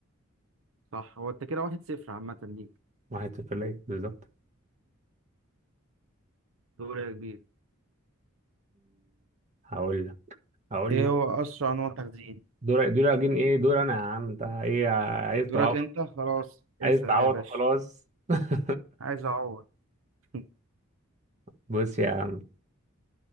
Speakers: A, on the right (about 75°); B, on the right (about 35°).
A: صح هو انت كده واحد صفر عامة ليك
B: واحد صفر ليا بالظبط
A: دور يا كبير
B: هقول لك هقول
A: ايه
B: لك
A: هو اسرع نوع تخزين
B: دور دور اجين ايه دور انا يا عم انت ايه عايز
A: دورك
B: تعوض
A: انت خلاص
B: عايز
A: اسأل
B: تعوض
A: يا باشا
B: خلاص <laughs>
A: عايز اعوض <laughs>
B: بص يا عم